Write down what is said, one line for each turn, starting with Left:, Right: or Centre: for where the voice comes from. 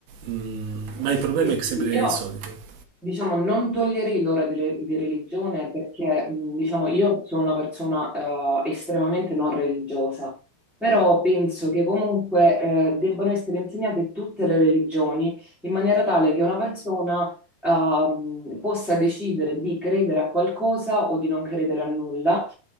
Right: mm, ma il problema
Centre: Sì,
Right: è sempre
Centre: Io,
Right: il solito.
Centre: diciamo, non toglierei l'ora di, re- di religione perché, mh, diciamo, io sono una persona eh, estremamente non religiosa, però penso che comunque eh, debbano essere insegnate tutte le religioni in maniera tale che una persona ehm, possa decidere di credere a qualcosa o di non credere a nulla.